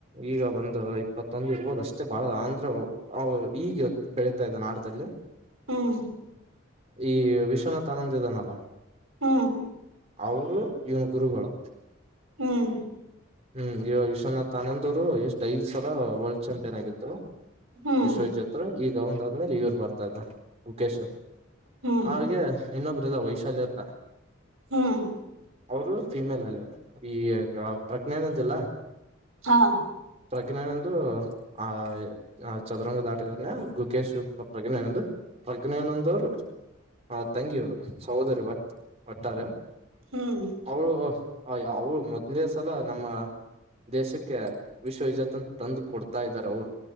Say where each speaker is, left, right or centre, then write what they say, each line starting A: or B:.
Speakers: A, on the right; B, on the right.
A: ಈಗ ಬಂದ ಇಪ್ಪತ್ತೊಂದು ಇರ್ಬೋದು ಅಷ್ಟೇ ಬಾಳ ಅಂದ್ರೆ ಅವ ಈಗ ಬೆಳೀತಾ ಇದೆ ನಾಟದಲ್ಲಿ
B: ಹ್ಮ್
A: ಈ ವಿಶ್ವನಾಥ್ ಆನಂದ ಇದಾನಲ್ಲ
B: ಹ್ಮ್
A: ಅವರು ಇವನ ಗುರುಗಳು
B: ಹ್ಮ್
A: ಹ್ಮ್ ಈಗ ವಿಶ್ವನಾಥ್ ಆನಂದ್ ಅವರು ಎಷ್ಟ್ ಐ್ ಸಲ ವರ್ಲ್ಡ್ ಚಾಂಪಿಯನ್ ಆಗರು
B: ಹ್ಮ್
A: ವಿಶ್ವಜ್ತ್ರ ಈಗ ಒಂದ ಆದ್ಮೇಲೆ ಇವ್ರ ಬರ್ತಾ ಇದ್ದ ಮುಕೇಶ
B: ಹ್ಮ್
A: ಹಾಗೆ
B: ಹ್ಮ್
A: ಇನ್ನೊಬರು ಇದರ ವೈಶಲ್ಯ ಅಂತ.
B: ಹ್ಮ್.
A: ಅವರು ಫಿಮೇಲ್ ಅಲ್ಲಿ ಈ ಪ್ರಜ್ಞೆನ ಇಲ್ಲ.
B: ಹಾ
A: ಪ್ರಜ್ಞನಂದು ಆ ಚದರಂಗ ಆಟಗಾರ ಗಕೇಶ್ ಪ್ರಜ್ಞೆನಂದು. ಪ್ರಜ್ಞನೊಂದವರು ಆ ತಂಗಿಯವ್ರು ಸಹೋದರಿ ಒಟ್ಟಾರೆ.
B: ಹ್ಮ್
A: ಅವಳು ಅ ಅವಳು ಮೊದ್ಲೇ ಸಲ ನಮ್ಮ. ದೇಶಕ್ಕೆ ವಿಶ್ವವಿಜತ್ ಅಂತ ತಂದು ಕೊಡ್ತಾ ಇದ್ದಾರೆ ಅವರು